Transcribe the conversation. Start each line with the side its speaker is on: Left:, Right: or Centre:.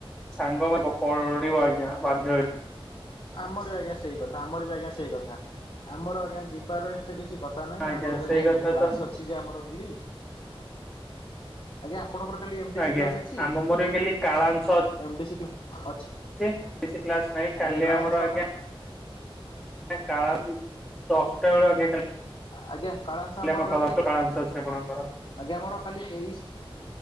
Centre: ସାଙ୍ଗ <unintelligible> ପଡ଼ିବ ଆଜ୍ଞା ବାଧ୍ୟ ହେଇ
Left: ଆମର ବି ଆଜ୍ଞା ସେଇ କଥା ଆମର ବି ଆଜ୍ଞା ସେଇ କଥା ଆମର ଆଜ୍ଞା ଯିବାର ଏତେ କିଛି କଥା ନହିଁ
Centre: ଆଜ୍ଞା
Left: ଆମର ଯଦି
Centre: ସେଇ କଥା
Left: କ୍ଲାସ
Centre: ତ
Left: ଅଛି ଯେ ଆମର ବେଲି ଆଜ୍ଞା ଆପଣଙ୍କର କାଲି ଏମ୍ ଡ଼ି
Centre: ଆଜ୍ଞା
Left: ସି କ୍ଲାସ ଅଛି?
Centre: ଆମ ମୋର ବି କାଲି କାଳାଂଶ
Left: ଏମ୍ ଡ଼ି ସି କ୍ଲା ଅଛି।
Centre: <unintelligible> କିଛି କ୍ଲାସ ନାଇଁ।
Left: ଆଜ୍ଞା
Centre: କାଲି
Left: କାଳାଂଶ
Centre: ଆମର ଆଜ୍ଞା କାଳ <unintelligible> ଦଶଟା ବେଳୁ ଆଜ୍ଞା କାଲି
Left: ଆଜ୍ଞା କାଳାଂସ ଆମର
Centre: ଆମ କାଳ
Left: କାଲି
Centre: କାଳାଂଶ ଅଛି ଆପଣଙ୍କର।
Left: ଆଜ୍ଞା ଆମର କାଲି ଏ ଇ ସି